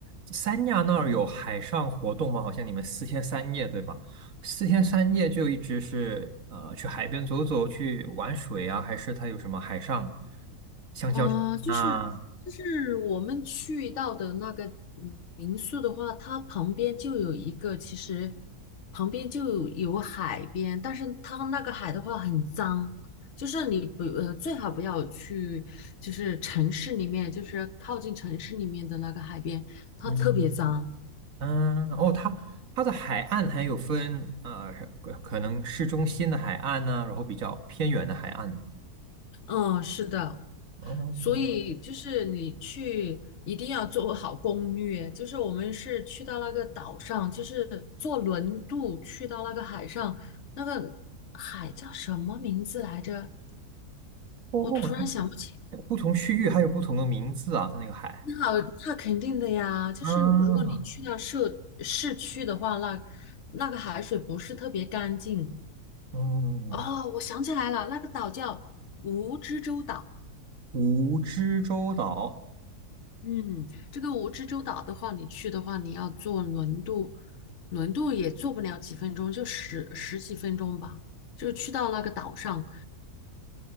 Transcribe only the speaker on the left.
啊、就是就是我们去到的那个嗯民宿的话，它旁边就有一个，其实旁边就有海边，但是它那个海的话很脏，就是你不呃最好不要去，就是城市里面，就是靠近城市里面的那个海边，它特别脏。
嗯，是的。
所以就是你去一定要做好攻略，就是我们是去到那个岛上，就是坐轮渡去到那个海上，那个海叫什么名字来着？
我突然想不起。
那那肯定的呀，就是你如果你去到市市区的话，
那那个海水不是特别干净。
哦，我想起来了，那个岛叫蜈支洲岛。
嗯，这个蜈支洲岛的话，你去的话，你要坐轮渡，轮渡也坐不了几分钟，就十十几分钟吧。就去到那个岛上，